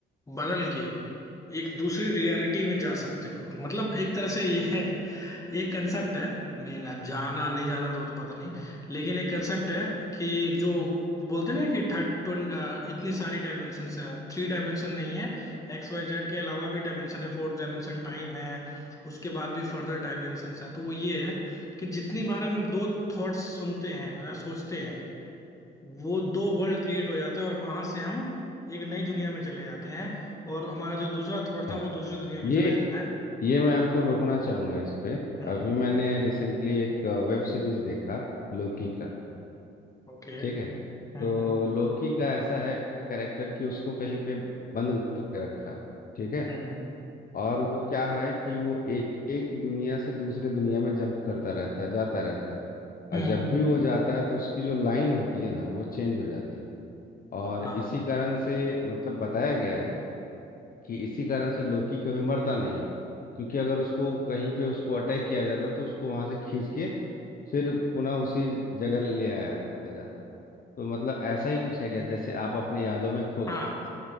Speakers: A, on the left; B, on the left.
A: बदल के एक दूसरी रियलिटी में जा सकते हो मतलब एक तरह से ये है ये कंसेप्ट है मेन अब जाना नहीं जाना तो, तो पता नहीं लेकिन एक कंसेप्ट है कि जो बोलते हैं ना कि थर्ड इतनी सारी डायमेंशन है थ्री डायमेंशन नहीं है एक्स वाई जेड के अलावा भी डायमेंशन है फोर्थ डायमेंशन टाइम है उसके बाद भी फर्दर डायमेंशन है तो वो ये है कि जितनी बार हम दो थॉट्स सुनते हैं या सोचते हैं वो दो वर्ल्ड क्रिएट हो जाते हैं और वहां से हम एक नई दुनिया में चले जाते हैं और हमारा जो दूसरा थॉट
B: अच्छा
A: था वो दूसरी दुनिया में
B: ये
A: चला जाता है
B: ये मैं आपको रोकना चाहूंगा इस पे
A: हम्म
B: अभी मैंने रिसेंटली एक वेब सीरीज देखा लोकी का
A: ओके हम्म
B: ठीक
A: okay,
B: है तो
A: हम्म, हम्म।
B: लोकी का ऐसा है कैरेक्टर कि उसको कहीं पे बंद करके रखा है ठीक है
A: हम्म
B: और वो क्या है कि वो ए, एक दुनिया से दूसरे दुनिया में जंप करता रहता है जाता रहता है और
A: हम्म,
B: जब भी वो जाता है तो उसकी जो लाइन होती है ना वो चेंज हो जाती है और
A: हाँ
B: इसी कारण से मतलब बताया गया है कि इसी कारण से लोकी कभी मरता नहीं है क्योंकि अगर उसको कहीं पे उसको अटैक किया जाता है तो उसको वहां से खींच के फिर पुनः उसी जगह ले आया जाता है तो मतलब ऐसा ही कुछ है क्या जैसे आप अपने यादों में खो गए
A: हाँ